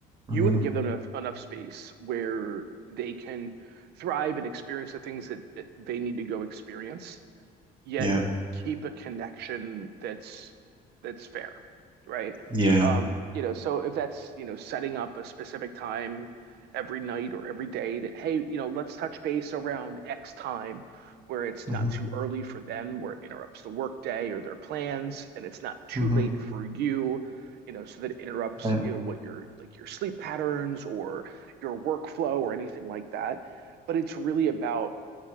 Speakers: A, on the right; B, on the right.
A: hmm
B: You want to give them enough, enough space where they can thrive and experience the things that that they need to go experience yet
A: Yeah,
B: keep a connection that's that's fair, right?
A: yeah.
B: Um, you know, so if that's, you know, setting up a specific time every night or every day that, hey, you know, let's touch base around X time where it's
A: hmm
B: not too early for them, where it interrupts the workday or their plans, and it's not too
A: hmm
B: late for you, you know, so that it interrupts,
A: Right.
B: you know, what your like your sleep patterns or your workflow or anything like that. But it's really about